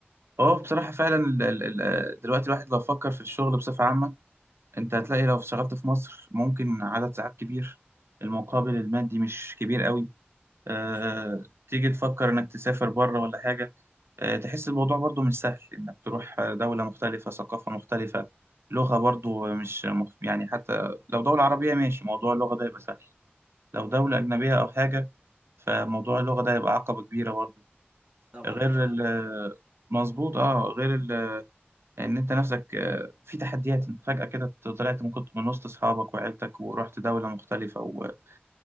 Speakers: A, on the right; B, on the right.
A: اه بصراحة فعلا ال- ال- ال- دلوقتي الواحد لو فكر في الشغل بصفة عامة انت هتلاقي لو اشتغلت في مصر ممكن عدد ساعات كبير المقابل المادي مش كبير قوي آه،
B: عش... اه
A: تيجي تفكر إنك تسافر بره ولا حاجة آه، تحس الموضوع برضو مش سهل إنك تروح دولة مختلفة ثقافة مختلفة لغة برضو مش مخ... يعني حتى لو دولة عربية
B: اه
A: ماشي موضوع اللغة ده يبقى سهل لو دولة أجنبية
B: آه.
A: أو حاجة فموضوع اللغة ده يبقى عقبة كبيرة برضو
B: طبعا
A: غير
B: بتاع
A: ال مظبوط اه غير ال ان انت نفسك آه، في تحديات انت فجأة كده طلعت من كنت من وسط اصحابك وعيلتك ورحت دولة مختلفة وعليك